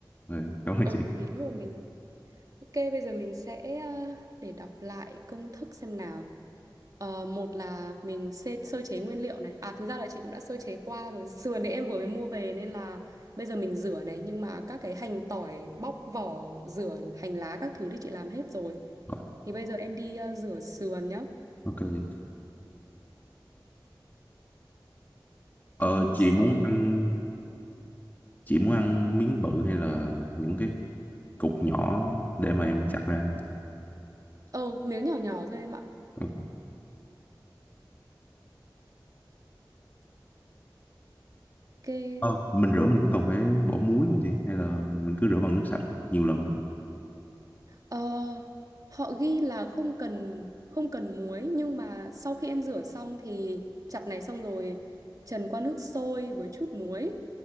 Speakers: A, on the left; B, on the right.
A: ừ, cảm ơn
B: ờ
A: chị
B: thì lúc mà mình ok bây giờ mình sẽ ờ, để đọc lại công thức xem nào Ờ, một là mình sơ, sơ chế nguyên liệu này à thực ra là chị cũng đã sơ chế qua rồi sườn thì em vừa mới mua về nên là bây giờ mình rửa này nhưng mà các cái hành tỏi bóc vỏ rửa hành lá các thứ thì chị làm hết rồi
A: Ờ,
B: thì bây giờ em đi ờ, rửa sườn nhá
A: ok chị ờ
B: Kê
A: chị
B: xong.
A: muốn ăn chị muốn ăn miếng bự hay là những cái cục nhỏ để mà em chặt ra
B: Ờ, miếng nhỏ nhỏ thôi em ạ.
A: Ờ,
B: Kê
A: ờ, mình rửa mình có cần phải bỏ muối không chị hay là mình cứ rửa bằng nước sạch nhiều lần rồi chị?
B: ờ, họ ghi là không cần không cần muối nhưng mà sau khi em rửa xong thì chặt này xong rồi trần qua nước sôi với chút muối.